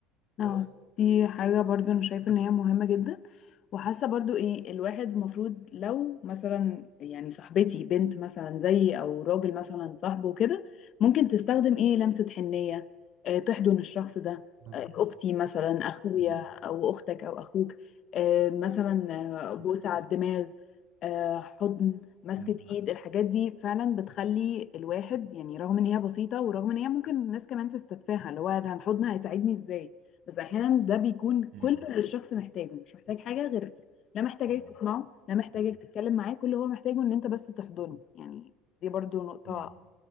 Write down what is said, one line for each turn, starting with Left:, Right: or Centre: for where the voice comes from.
Left: اه
Right: بس
Left: دي حاجة برضو انا شايفة ان هي مهمة جدا وحاسة برضو ايه الواحد المفروض لو مثلا يعني صاحبتي بنت مثلا زيي او راجل مثلا صاحبه وكده ممكن تستخدم ايه لمسة حنية اه تحضن الشخص ده
Right: مم.
Left: اه اختي مثلا اخويا
Right: مم.
Left: او اختك او اخوك اه مثلا
Right: أكيد.
Left: اه بوسة على الدماغ اه حضن مسكة
Right: مم.
Left: ايد الحاجات دي فعلا بتخلي الواحد يعني رغم ان هي بسيطة ورغم ان هي ممكن الناس كمان تستتفاهها اللي هو أنا الحضن هيساعدني ازاي بس احيانا ده بيكون
Right: امم
Left: كل اللي الشخص محتاجه مش محتاج حاجه غير لا محتاجك
Right: اه
Left: تسمعه لا محتاجك
Right: مم.
Left: تتكلم معاه كل اللي هو محتاجه ان انت بس تحضنه يعني دي برضو نقطه
Right: مم.